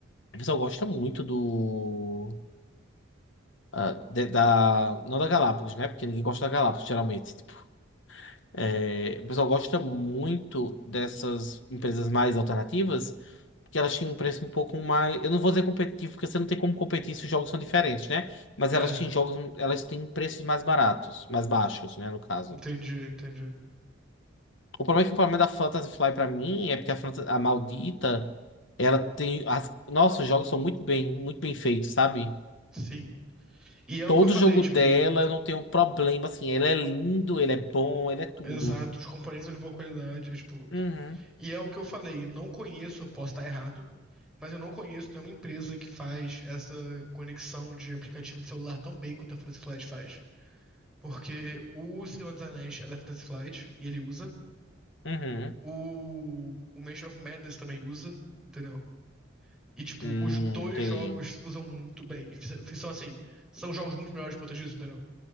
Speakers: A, on the left (about 65°); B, in the centre.
A: o pessoal gosta muito do. ah, de- da, não da Galápagos, né? Porque ninguém gosta da Galápagos, geralmente. Tipo, é, o pessoal gosta muito dessas empresas mais alternativas. Porque elas tinham um preço um pouco mais. Eu não vou dizer competitivo, porque você não tem como competir se os jogos são diferentes, né? Mas
B: É,
A: elas têm jogos, elas têm preços mais baratos, mais baixos, né? No caso.
B: entendi, entendi.
A: O problema é que o problema da Fantasy Fly pra mim é porque a, Fantasy, a maldita, ela tem. As... Nossa, os jogos são muito bem, muito bem feitos, sabe?
B: Sim. E é
A: Todo
B: o que eu falei,
A: jogo
B: tipo,
A: dela eu não tenho problema, assim. Ele é lindo, ele é bom, ele é tudo.
B: exato, os componentes são de boa qualidade, é, tipo,
A: Uhum,
B: e é o que eu falei, eu não conheço, eu posso estar errado, mas eu não conheço nenhuma empresa que faz essa conexão de aplicativo de celular tão bem quanto a Fantasy Flight faz. Porque o Senhor dos Anéis é da Fantasy Flight e ele usa.
A: uhum.
B: O, o Mansion of Madness também usa, entendeu? E, tipo,
A: Hum,
B: os dois
A: entendi.
B: jogos usam muito bem. E fiz- fiz- são, assim, são jogos muito melhores por conta disso, entendeu?